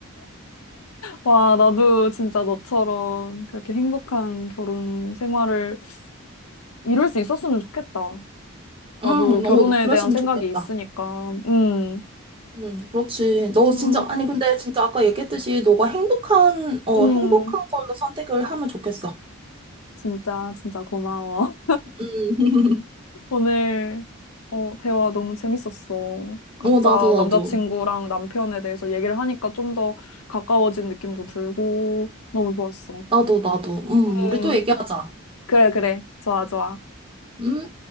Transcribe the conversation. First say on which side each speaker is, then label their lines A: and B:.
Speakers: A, on the left (about 85°); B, on the right (about 25°).
A: 와, 나도 진짜 너처럼 그렇게 행복한 결혼 생활을 이룰 수 있었으면 좋겠다. 나도
B: 응, 너,
A: 결혼에
B: 그랬으면
A: 대한 생각이
B: 좋겠다.
A: 있으니까. 응,
B: 응, 그렇지. 너
A: 응,
B: 진짜, 아니, 근데 진짜 아까 얘기했듯이 너가 행복한, 어,
A: 응.
B: 행복한 걸로 선택을 하면 좋겠어.
A: 진짜, 진짜 고마워.
B: 응, <laughs>
A: 오늘 어, 대화 너무 재밌었어. 각자
B: 어, 나도,
A: 남자친구랑
B: 나도.
A: 남편에 대해서 얘기를 하니까 좀 더 가까워진 느낌도 들고 너무 좋았어.
B: 나도, 나도. 응,
A: 음,
B: 우리 또 얘기하자.
A: 그래, 그래. 좋아, 좋아.
B: 음.